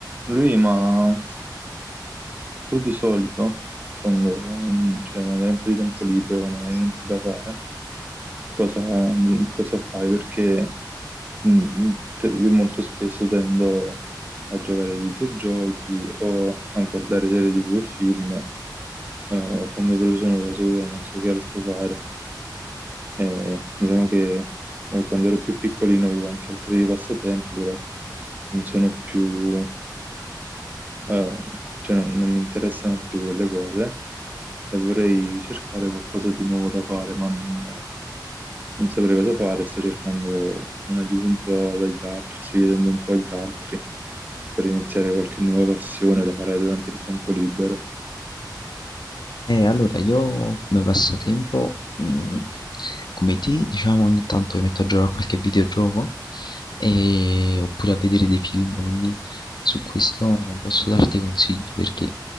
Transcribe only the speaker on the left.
Eh, allora, io come passatempo, mh, come te, diciamo ogni tanto mi metto a giocare a qualche videogioco e- oppure a vedere dei film, quindi su questo non posso darti consigli perché